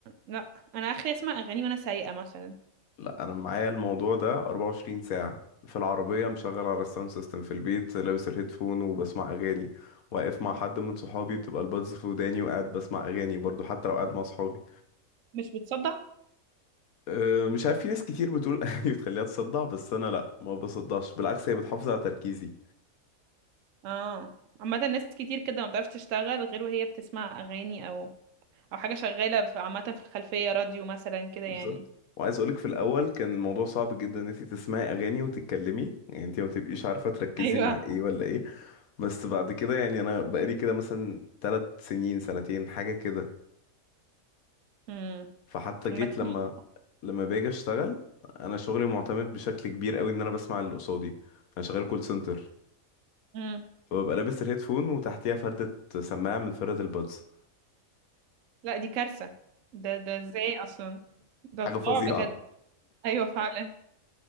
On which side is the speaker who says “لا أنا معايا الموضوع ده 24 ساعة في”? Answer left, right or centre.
Left